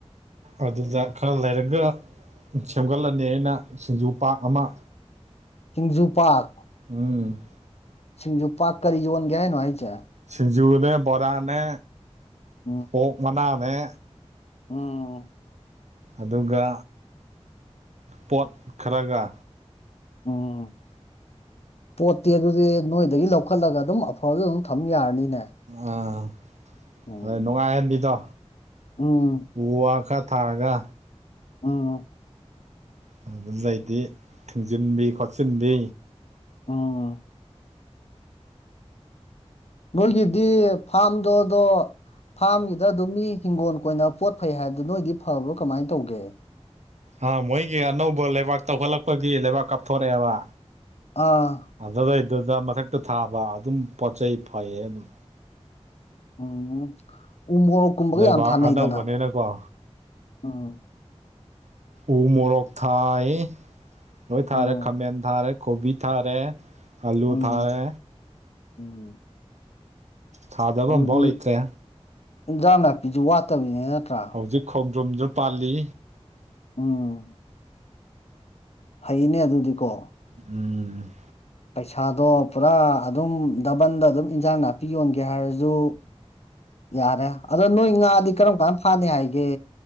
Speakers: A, on the right; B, on the left.
A: ꯑꯗꯨꯗ ꯈꯔ ꯂꯩꯔꯒ ꯁꯦꯝꯒꯠꯂꯅꯤ ꯑꯩꯅ ꯁꯤꯡꯖꯨ ꯄꯥ ꯑꯃ
B: ꯆꯤꯡꯖꯨ ꯄꯥꯛ
A: ꯎꯝ
B: ꯁꯤꯡꯁꯨ ꯄꯥꯛ ꯀꯔꯤ ꯌꯣꯟꯒꯦ ꯍꯥꯏꯅꯣ ꯍꯥꯏꯁꯦ
A: ꯁꯤꯡꯖꯨꯅꯦ ꯕꯣꯔꯥꯅꯦ
B: ꯎꯝ
A: ꯑꯣꯛ ꯃꯅꯥꯅ ꯦ
B: ꯎꯝ
A: ꯑꯗꯨꯒ ꯄꯣꯠ ꯈꯔꯒ
B: ꯎꯝ ꯄꯣꯠꯇꯤ ꯑꯗꯨꯗꯤ ꯅꯣꯏꯗꯒꯤ ꯂꯧꯈꯠꯂꯒ ꯑꯗꯨꯝ ꯑꯐꯗ ꯑꯗꯨꯝ ꯊꯝ ꯌꯥꯔꯅꯤꯅꯦ
A: ꯑꯥ
B: ꯎꯝ
A: ꯍꯣꯏ ꯅꯨꯡꯉꯥꯏꯍꯟꯕꯤꯗꯣ
B: ꯎꯝ
A: ꯎ ꯋꯥ ꯈꯔ ꯊꯥꯔꯒ
B: ꯎꯝ
A: ꯑꯗꯨ ꯂꯩꯗꯤ ꯊꯤꯡꯖꯤꯟꯕꯤ ꯈꯣꯠꯆꯤꯟꯕꯤ
B: ꯎꯝ ꯃꯣꯏꯒꯤꯗꯤ ꯐꯥꯔꯝꯗꯣꯗꯣ ꯐꯥꯔꯝꯒꯤꯗ ꯑꯗꯨꯝ ꯃꯤ ꯍꯤꯡꯒꯣꯜ ꯀꯣꯏꯅ ꯄꯣꯠ ꯐꯩ ꯍꯥꯏꯕꯗꯨ ꯅꯣꯏꯗꯤ ꯐꯕ꯭ꯔꯣ ꯀꯃꯥꯏꯅ ꯇꯧꯒꯦ
A: ꯑ ꯃꯣꯏꯒꯤ ꯑꯅꯧꯕ ꯂꯩꯕꯥꯛ ꯇꯧꯈꯠꯂꯛꯄꯒꯤ ꯂꯩꯕꯥꯛ ꯀꯥꯞꯊꯣꯔꯛꯑꯦꯕ
B: ꯑꯥ
A: ꯑꯗꯨꯗꯩꯗꯨꯗ ꯃꯊꯛꯇ ꯊꯥꯕ ꯑꯗꯨꯝ ꯄꯣꯠ ꯆꯩ ꯐꯩꯌꯦ ꯑꯗꯨꯝ
B: ꯎꯝ ꯎꯃꯣꯔꯣꯛ ꯀꯨꯝꯕꯒ
A: ꯂꯩꯕꯥꯛ
B: ꯌꯥꯝ ꯊꯥꯅꯩꯗꯅ
A: ꯑꯅꯧꯕꯅꯤꯅꯀꯣ
B: ꯎꯝ
A: ꯎꯃꯣꯔꯣꯛ ꯊꯥꯏ ꯅꯣꯏ
B: ꯎꯝ
A: ꯊꯥꯔꯦ ꯈꯥꯃꯦꯟ ꯊꯥꯔꯦ ꯀꯣꯕꯤ ꯊꯥꯔꯦ ꯑꯜꯂꯨ
B: ꯎꯝ
A: ꯊꯥꯔꯦ
B: ꯎꯝ
A: ꯊꯥꯗꯕ
B: ꯑꯗꯨꯗꯤ
A: ꯑꯝꯐꯥꯎ ꯂꯩꯇ꯭ꯔꯦ
B: ꯏꯟꯖ꯭ꯔꯥꯡ ꯅꯥꯄꯤꯁꯨ ꯋꯥꯠꯇꯕꯤꯅꯦ ꯅꯠꯇ꯭ꯔꯥ
A: ꯍꯧꯖꯤꯛ ꯈꯣꯡꯗ꯭ꯔꯨꯝꯁꯨ ꯄꯥꯜꯂꯤ
B: ꯎꯝ ꯍꯩꯅꯦ ꯑꯗꯨꯗꯤꯀꯣ
A: ꯎꯝ
B: ꯄꯩꯁꯥꯗꯣ ꯄꯨꯔꯥ ꯑꯗꯨꯝ ꯗꯕꯟꯗ ꯑꯗꯨꯝ ꯏꯟꯁꯥꯡ ꯅꯥꯄꯤ ꯌꯣꯟꯒꯦ ꯍꯥꯏꯔꯁꯨ ꯌꯥꯔꯦ ꯑꯗꯣ ꯅꯣꯏ ꯉꯥꯗꯤ ꯀꯔꯝ ꯀꯥꯟ ꯐꯥꯅꯤ ꯍꯥꯏꯒꯦ